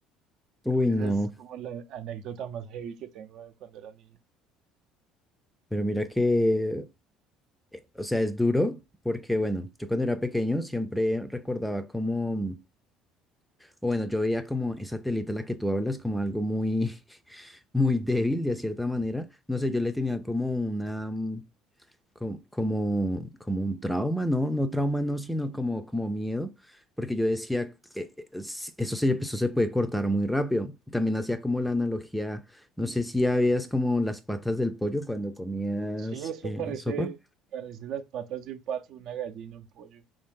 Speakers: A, in the centre; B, on the right.
A: Uy,
B: Creo que
A: no.
B: esa es como la anécdota más heavy que tengo de cuando era niño.
A: Pero mira que, o sea, es duro porque, bueno, yo cuando era pequeño siempre recordaba como, o bueno, yo veía como esa telita a la que tú hablas como algo muy, <laughs> muy débil de cierta manera. No sé, yo le tenía como una mm, como, como, como un trauma, ¿no? No trauma, no, sino como, como miedo, porque yo decía, eh, eh, s- eso se, eso se puede cortar muy rápido. También hacía como la analogía, no sé si habías como las patas del pollo cuando comías
B: Sí, eso
A: eh,
B: parece,
A: sopa.
B: parece las patas de un pato, una gallina, un pollo.